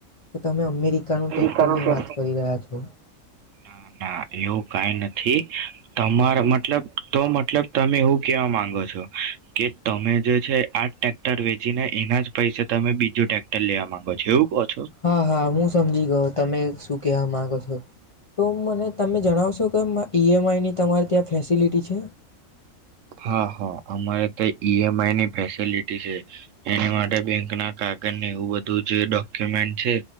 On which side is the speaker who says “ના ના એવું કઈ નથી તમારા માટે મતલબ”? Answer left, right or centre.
Right